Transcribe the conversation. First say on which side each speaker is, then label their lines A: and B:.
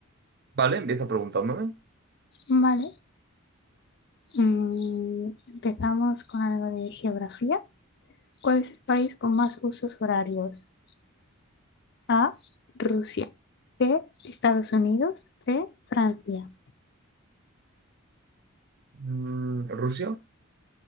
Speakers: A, on the right; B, on the left.
A: Vale, empieza preguntándome.
B: Vale. Mm, empezamos con algo de geografía. ¿Cuál es el país con más usos horarios? A, Rusia. B, Estados Unidos. C, Francia.
A: Mm, ¿Rusia?